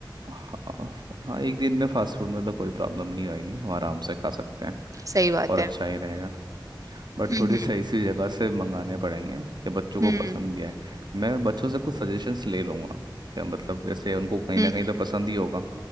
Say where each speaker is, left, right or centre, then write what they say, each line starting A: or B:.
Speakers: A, on the right; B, on the right.
A: हाँ हाँ एक दिन में फास्ट फूड में तो कोई प्रॉब्लम नहीं आएगी हम आराम से खा सकते हैं
B: सही बात
A: और
B: है
A: अच्छा ही रहेगा बट
B: हम्म
A: थोड़ी
B: हम्म
A: सही सी जगह से मंगाने पड़ेंगे कि बच्चों को
B: हम्म
A: पसंद भी आए मैं बच्चों से कुछ सजेशंस ले लूँगा क्या मतलब जैसे उनको कहीं
B: हम्म,
A: ना कहीं तो पसंद ही होगा